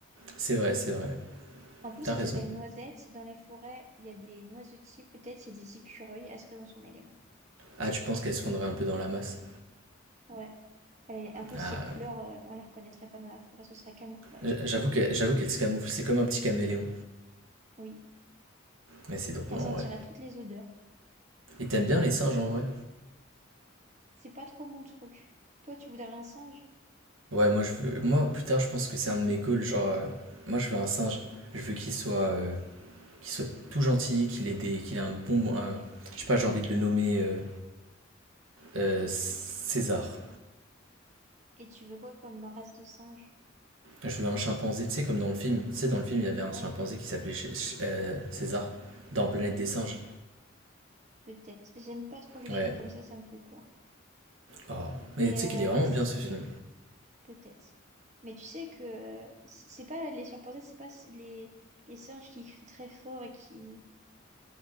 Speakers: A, on the right; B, on the right.
A: C'est vrai, c'est vrai.
B: En plus, ça
A: T'as raison.
B: s'appelle noisette. Dans les forêts, il y a des noisetiers peut-être, il y a des écureuils, elle serait dans son élément.
A: Ah, tu penses qu'elle se fondrait un peu dans la masse
B: Ouais. Elle- En plus,
A: Ah,
B: ses couleurs, euh, on les reconnaîtrait pas dans la forêt, ce serait camouflage.
A: j- J'avoue qu'elle j'avoue qu'elle se camoufle, c'est comme un petit caméléon.
B: Oui.
A: Mais c'est drôle
B: Et elle sentirait
A: en vrai.
B: toutes les odeurs.
A: Et t'aimes bien les singes en vrai
B: C'est pas trop mon truc. Toi, tu voudrais un singe?
A: Ouais, moi je veux. Moi plus tard, je pense que c'est un de mes goals. Genre, euh, moi je veux un singe. Je veux qu'il soit, euh, qu'il soit tout gentil, qu'il ait des, qu'il ait un bon. un- Je sais pas, j'ai envie de le nommer euh, euh, César.
B: Et tu veux quoi comme race de singe?
A: Je veux un chimpanzé, tu sais, comme dans le film. Tu sais, dans le film, il y avait un
B: Ouais,
A: chimpanzé qui s'appelait Ch- Ch- euh, César dans Planète des singes.
B: peut-être. J'aime pas trop les
A: Ouais.
B: films comme ça, ça me fait peur.
A: Oh. Mais
B: Mais
A: tu
B: euh,
A: sais qu'il est vraiment
B: c-
A: bien ce film.
B: peut-être. Mais tu sais que euh, c- c'est pas les chimpanzés, c'est pas s- les, les singes qui crient très fort et qui,